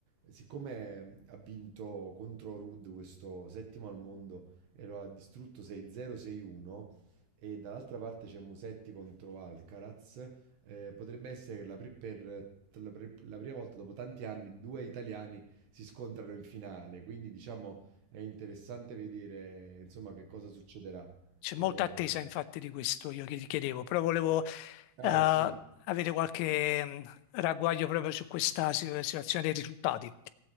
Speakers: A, on the right; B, on the left.
A: eh, siccome ha vinto contro Ruud questo settimo al mondo e lo ha distrutto 6-0, 6-1 e dall'altra parte c'è Musetti contro Alcaraz, eh, potrebbe essere che la pri- per, la pri- la prima volta dopo tanti anni due italiani si scontrano in finale, quindi diciamo è interessante vedere insomma che cosa succederà.
B: C'è
A: Eh,
B: molta attesa infatti di questo, io che ti chiedevo, però volevo
A: eh,
B: eh,
A: sì,
B: avere qualche mh, ragguaglio proprio su questa si- situazione dei risultati.